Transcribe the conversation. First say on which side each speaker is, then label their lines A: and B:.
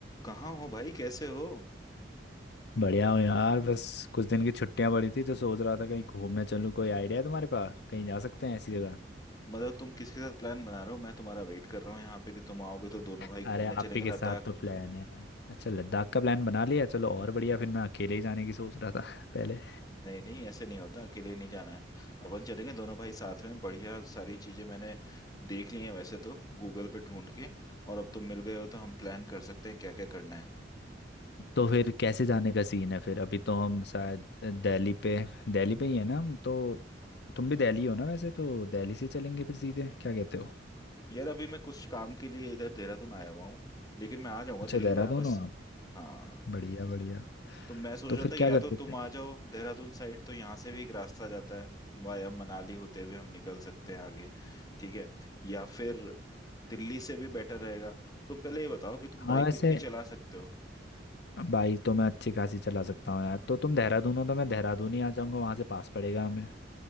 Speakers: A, on the left; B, on the left.
A: कहाँ हो भाई कैसे हो
B: बढ़िया हो यार बस कुछ दिन की छुट्टियां पड़ी थी तो सोच रहा था कहीं घूमने चलूँ कोई आइडिया है तुम्हारे पास कहीं जा सकते हैं ऐसी जगह
A: मतलब तुम किसके साथ प्लान बना रहे हो मैं तुम्हारा वेट कर रहा हूँ यहाँ पे कि तुम आओगे तो दोनों
B: अरे
A: भाई घूमने
B: आप
A: चलेंगे
B: ही के
A: लद्दाख
B: साथ तो प्लान है अच्छा लद्दाख का प्लान बना लिया चलो और बढ़िया फिर मैं अकेले ही जाने की सोच रहा था <laughs> पहले
A: नहीं नहीं ऐसे नहीं होता अकेले नहीं जाना है अपन चलेंगे दोनों भाई साथ में बढ़िया सारी चीजें मैंने देख ली हैं वैसे तो गूगल पे ढूंढ के और अब तुम मिल गए हो तो हम प्लान कर सकते हैं क्या क्या करना है
B: <laughs> तो फिर कैसे जाने का सीन है फिर अभी तो हम शायद दिल्ली पे दिल्ली पे ही है ना हम तो तुम भी दिल्ली हो ना वैसे तो दिल्ली से चलेंगे फिर सीधे क्या कहते हो
A: यार अभी मैं कुछ काम के लिए इधर देहरादून आया हुआ हूँ लेकिन मैं आ जाऊंगा
B: अच्छा
A: दिल्ली
B: जी जी आप
A: वापस
B: देहरादून हो आप
A: हाँ
B: बढ़िया बढ़िया
A: तो मैं सोच
B: तो
A: रहा
B: फिर
A: था कि
B: क्या
A: या
B: कर
A: तो
B: सकते
A: तुम
B: हैं
A: आ जाओ देहरादून साइड तो यहाँ से भी एक रास्ता जाता है वाया मनाली होते हुए हम निकल सकते हैं आगे ठीक है या फिर दिल्ली से भी बेटर रहेगा तुम पहले ये बताओ कि तुम
B: हाँ
A: बाइक
B: वैसे
A: कितनी चला सकते हो
B: बाइक तो मैं अच्छी खासी चला सकता हूँ यार तो तुम देहरादून हो तो मैं देहरादून ही आ जाऊंगा वहां से पास पड़ेगा हमें